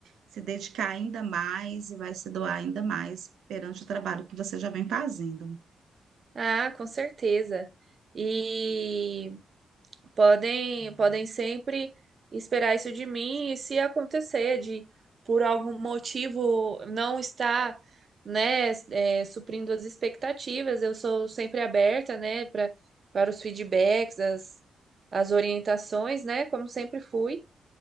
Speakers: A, on the right; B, on the right.
A: se dedicar ainda mais e vai se doar ainda mais perante o trabalho que você já vem fazendo.
B: Ah, com certeza. E Podem, podem sempre esperar isso de mim e se acontecer de por algum motivo não estar, né, é, suprindo as expectativas, eu sou sempre aberta, né, para para os feedbacks, as, as orientações, né, como sempre fui